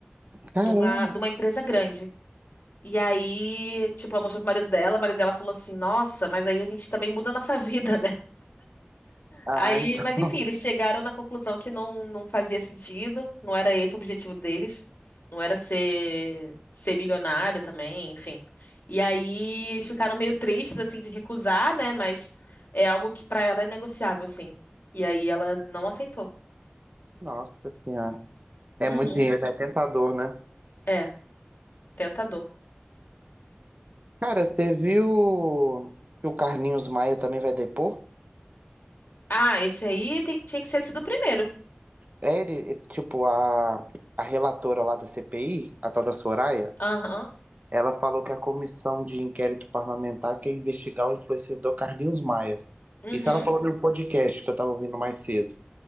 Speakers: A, on the left; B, on the right.
A: de
B: Caramba.
A: uma, de uma empresa grande. E aí, tipo, ela mostrou pro marido dela, o marido dela falou assim, nossa, mas aí a gente também muda a nossa <laughs> vida,
B: Ah,
A: Aí,
B: então.
A: mas enfim, eles chegaram na conclusão que não, não fazia sentido, não era esse o objetivo deles, não era ser, ser milionário também, enfim. E aí eles ficaram meio tristes, assim, de recusar, né? Mas é algo que pra ela é negociável, assim. E aí ela não aceitou.
B: <laughs> Nossa Senhora. É
A: Uhum.
B: muito dinheiro, né? é tentador, né?
A: É, tentador.
B: Cara, você viu que o Carlinhos Maia também vai depor?
A: Ah, esse aí tem- tinha que ser sido o primeiro.
B: É Ele, é, tipo, a, a relatora lá da CPI, a tal da Soraya,
A: Aham.
B: ela falou que a comissão de inquérito parlamentar quer investigar o influenciador Carlinhos Maia.
A: Uhum.
B: Isso ela falou no podcast que eu tava ouvindo mais cedo.